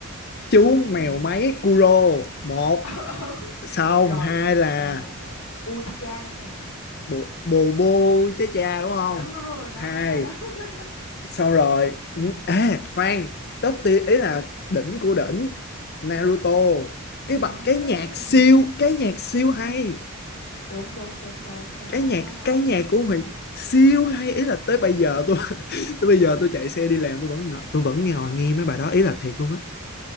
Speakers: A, on the left; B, on the left.
A: chú mèo
B: dạ.
A: máy Kuro một
B: <laughs> Ờ, ừ.
A: xong
B: rồi
A: hai là
B: ờ, bu cho cha nữa nè
A: bồ bồ bô chế cha đúng không
B: đúng đúng rồi nó
A: hai
B: đó nó đó <laughs> nó đó
A: xong rồi
B: Ờ,
A: à khoan top tier ý là đỉnh của đỉnh Naruto cái bài
B: ê
A: cái nhạc siêu cái nhạc siêu hay
B: đúng đúng đúng đúng nó
A: cái
B: đó
A: nhạc
B: nó đó
A: cái nhạc của Huy siêu hay ý là tới bây giờ tôi <laughs> tới bây giờ tôi chạy xe đi làm tôi vẫn ngồi- tôi vẫn ngồi nghe mấy bài đó ý là thiệt luôn á